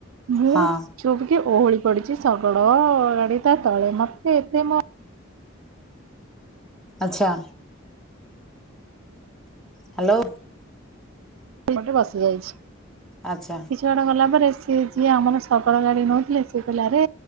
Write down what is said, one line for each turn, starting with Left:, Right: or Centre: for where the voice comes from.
Right: ମୁଁ
Centre: ହଁ
Right: ହୁ। କେ ଓହଳି ପଡିଛି। ଶଗଡ଼-ଅ ଗାଡି ତା ତଳେ। ମତେ ଏତେ ମୋ
Centre: ଆଚ୍ଛା। ହ୍ୟାଲୋ!
Right: ମୁଁ ଏଠିବସି ଯାଇଛି। କିଛି
Centre: ଆଚ୍ଛା
Right: ବାଟ ଗଲା ପରେ ସିଏ ଯିଏ ଆମର ଶଗଡ଼ ଗାଡି ନଉଥିଲେ। ସିଏ କହିଲେ ଆରେ